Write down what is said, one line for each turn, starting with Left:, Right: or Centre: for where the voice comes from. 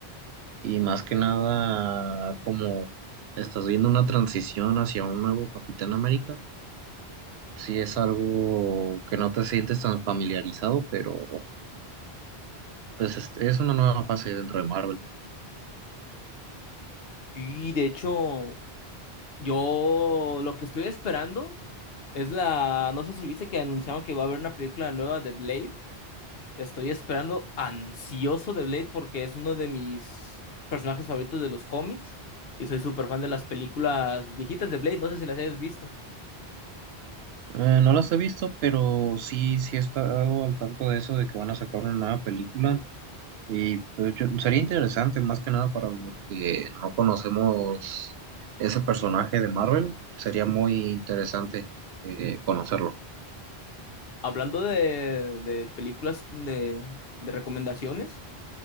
Right: y más que nada, como estás viendo una transición hacia un nuevo Capitán América Sí, es algo que no te sientes tan familiarizado, pero pues es, es una nueva fase dentro de Marvel.
Left: Y de hecho, yo lo que estoy esperando es la, no sé si viste que anunciaron que va a haber una película nueva de Blade. Estoy esperando ansioso de Blade porque es uno de mis personajes favoritos de los cómics y soy súper fan de las películas viejitas de Blade. No sé si las hayas visto.
Right: Eh, no las he visto, pero sí, sí he estado al tanto de eso, de que van a sacar una nueva película. Y pues yo- sería interesante, más que nada para los que no conocemos ese personaje de Marvel, sería muy interesante eh, conocerlo.
Left: Hablando de, de películas de, de recomendaciones,